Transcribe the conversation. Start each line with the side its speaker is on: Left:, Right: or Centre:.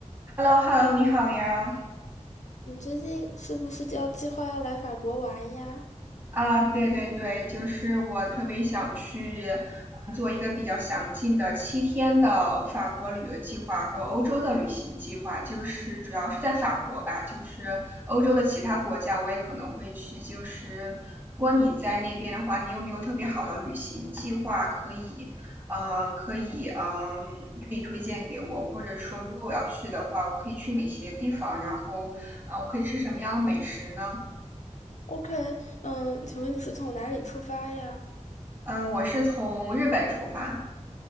Right: h e l l o h e l l o 你好呀！
Left: 你最近是不是要计划要来法国玩呀
Right: 啊，对对对，就是我特别想去，嗯，做一个比较详尽的七天的法国旅游计划和欧洲的旅行计划，就是主要是在法国吧，就是欧洲的其他国家我也可能会去。就是如果你在那边的话，你有没有特别好的旅行计划可以，嗯，可以，嗯，可以推荐给我，或者说如果我要去的话，我可以去哪些地方，然后，嗯，我可以吃什么样的美食呢？
Left: ？OK，嗯，请问你是从哪里出发呀？
Right: 嗯，我是从日本出发